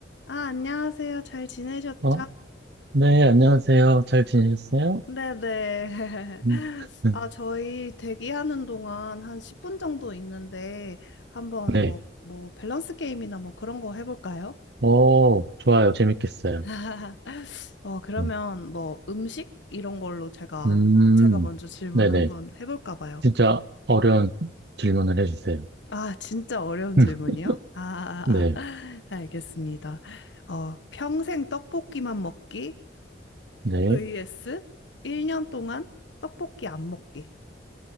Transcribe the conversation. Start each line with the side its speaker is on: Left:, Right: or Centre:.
Left: 아, 안녕하세요. 잘 지내셨죠?
Right: 어? 네, 안녕하세요. 잘 지내셨어요?
Left: 네네.
Right: 음,
Left: <laughs>
Right: <laughs> 음,
Left: 아, 저희 대기하는 동안 한 10분 정도 있는데, 한번
Right: 네.
Left: 뭐, 뭐, 밸런스 게임이나 뭐 그런 거 해볼까요?
Right: 오, 좋아요. 재밌겠어요.
Left: <laughs> 어, 그러면
Right: 음,
Left: 뭐 음식? 이런 걸로 제가,
Right: 음,
Left: 제가 먼저 질문
Right: 네네.
Left: 한번 해볼까 봐요.
Right: 진짜 어려운 질문을 해주세요.
Left: 아, 진짜 어려운
Right: <laughs>
Left: 질문이요? 아, 아,
Right: 네,
Left: 아. <laughs> 알겠습니다. 어, 평생 떡볶이만 먹기
Right: 네.
Left: vs 1년 동안 떡볶이 안 먹기.